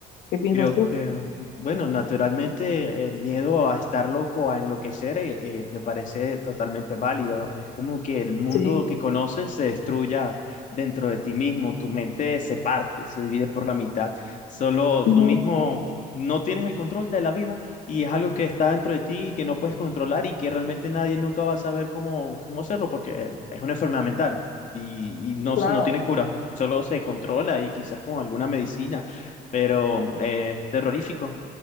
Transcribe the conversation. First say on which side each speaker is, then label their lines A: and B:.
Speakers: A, on the left; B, on the left.
A: ¿Qué piensas
B: Creo
A: tú?
B: que, bueno, naturalmente el miedo a estar loco, a enloquecer, eh, eh, me parece totalmente válido. Es como que el mundo
A: Sí,
B: que conoces se destruya dentro de ti mismo, tu mente se parte, se divide por la mitad. Solo
A: ujú,
B: tú mismo no tienes el control de la vida y es algo que está dentro de ti y que no puedes controlar y que realmente nadie nunca va a saber cómo, cómo hacerlo porque es una enfermedad mental y, y no,
A: claro.
B: no tiene cura. Solo se controla y quizás con alguna medicina pero eh, es terrorífico.